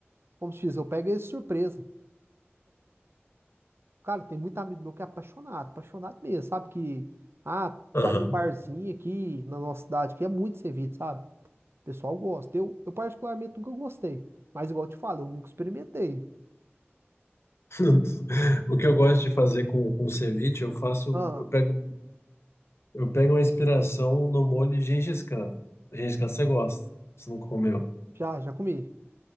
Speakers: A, on the right; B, on the left.
A: como se diz, eu pego eles de surpresa. Cara, tem muito amigo meu que é apaixonado, apaixonado mesmo, sabe? Que, ah,
B: Aham.
A: vai no barzinho aqui na nossa cidade, que é muito servido, sabe? O pessoal gosta. Eu, eu particularmente nunca gostei. Mas igual eu te falo, eu nunca experimentei.
B: <laughs> O que eu gosto de fazer com, com ceviche, eu faço,
A: Ah,
B: eu pego, eu pego uma inspiração no molho Gengis Khan. Gengis Khan você gosta, você não comeu.
A: já, já comi.